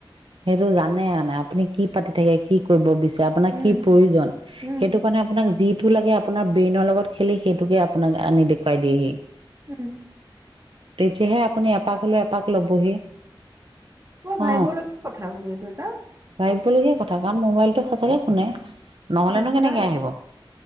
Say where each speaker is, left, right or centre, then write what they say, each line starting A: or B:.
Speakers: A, on the right (about 70°); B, on the right (about 35°).
A: সেইটো জানে আপুনি কি পাতি থাকে কি কৰিব বিচাৰে আপোনাক
B: উম
A: কি প্ৰয়োজন। সেইটো
B: উম
A: কাৰণে আপোনাক যি টো লাগে আপোনাৰ ব্ৰেইনৰ লগত খেলি সেইটোকে আপোনাক আনি দেখুৱাই দিয়েহি।
B: উম।
A: তেতিয়াহে আপুনি এপাক হলেও এপাক লবহি।
B: মই ভাবিবলগীয়া
A: অ
B: কি কথা বোলো এইটো এটা।
A: ভাবিবলগীয়া কথা। কাৰণ মোবাইলটো সচাকে শুনে নহলেনো
B: বিজ্ঞান
A: কেনেকে আহিব?